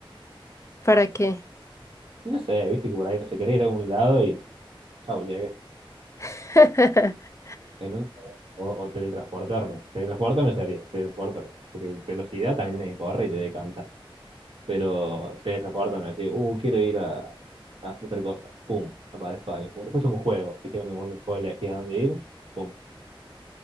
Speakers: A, on the left; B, on the right.
A: ¿Para qué?
B: Y no sé, viste que por ahí no se quería ir a algún lado y chau, llegué.
A: <laughs>
B: En un- o, o teletransportarme. Teletransportarme sería, teletransportarme. Porque velocidad también tiene que correr y te descansa. Pero teletransportarme, así, uh, quiero ir a, a hacer tal cosa. Pum, aparezco ahí. Como si fuese un juego, viste, cuando uno puede elegir a dónde ir, pum,